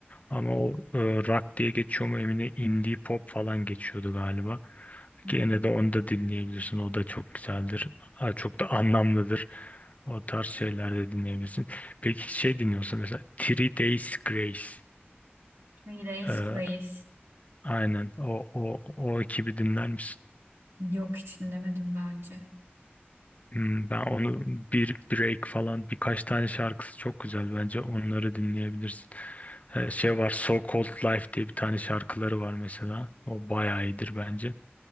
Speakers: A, on the left; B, on the right.
A: Ama o e, rock diye geçiyor mu emin değilim. Indie pop falan geçiyordu galiba.
B: Hı hı.
A: Gene de onu da dinleyebilirsin. O da çok güzeldir. Ha, Çok da anlamlıdır. O tarz şeyler de dinleyebilirsin. Peki şey dinliyorsun mesela Three Days Grace.
B: Three Days
A: Ee,
B: Grace.
A: aynen o, o, o ekibi dinler misin?
B: Yok hiç dinlemedim daha önce.
A: Hmm, ben onu bir break falan birkaç tane şarkısı çok güzel. Bence onları dinleyebilirsin. Ee, şey var So Called Life diye bir tane şarkıları var mesela. O bayağı iyidir bence.